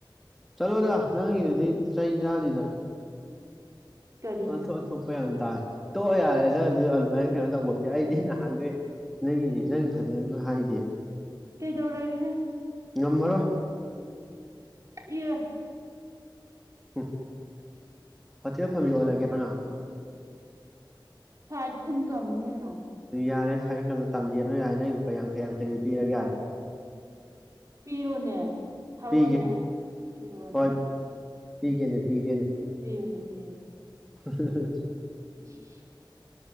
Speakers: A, in the centre; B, on the right.
A: ꯆꯂꯣꯗ ꯅꯪꯒꯤꯗꯨꯗꯤ ꯆꯩ ꯆꯥꯅꯤꯗ
B: ꯀꯔꯤ
A: ꯑꯣꯟꯊꯣꯛ ꯑꯣꯟꯊꯣꯛꯄ ꯌꯥꯝ ꯇꯥꯢ ꯇꯣꯛꯑꯣ ꯌꯥꯔꯦꯗ ꯑꯗꯨ ꯑꯗꯨꯃꯥꯏꯅ ꯀꯩꯅꯣ ꯇꯧꯕꯗꯤ ꯑꯩꯗꯤ ꯅꯍꯥꯟꯈꯩ ꯅꯪꯒꯤ ꯅꯪ ꯐꯖꯅꯁꯨ ꯍꯥꯏꯗꯦ
B: ꯀꯩꯗꯧꯔꯒꯦꯍꯦ
A: ꯉꯝꯃꯔꯣꯢ
B: ꯏꯌꯥ
A: ꯍꯨ ꯍꯣꯇꯦꯜ ꯐꯝꯃꯤ ꯑꯣꯜꯂꯒꯦꯔꯣ ꯅ
B: ꯁꯥꯢꯠ ꯏꯟꯀꯝ ꯅꯤ ꯀꯩꯅꯣ
A: ꯌꯥꯔꯦ ꯁꯥꯏꯠ ꯏꯟꯀꯝꯒ ꯇꯥꯟꯕꯤꯔꯅꯨ ꯌꯥꯔꯦ ꯅꯪ ꯂꯨꯄꯥ ꯌꯥꯡꯈꯩ ꯌꯥꯡꯈꯩꯗꯣ ꯄꯤꯔꯒꯦ ꯌꯥꯔꯦ
B: ꯄꯤꯔꯣꯅꯦ ꯊꯥꯔꯛꯑꯣꯅꯦ
A: ꯄꯤꯒꯦ
B: ꯄꯤꯔꯣꯅꯦ
A: ꯍꯣꯏ ꯄꯤꯒꯦꯅꯦ ꯄꯤꯒꯦꯅꯦ
B: ꯄꯤꯕꯅꯦ ꯄꯤꯕꯅꯦ
A: ꯍꯥ ꯍꯥꯥ ꯍꯥ
B: ꯏꯁ ꯏꯁ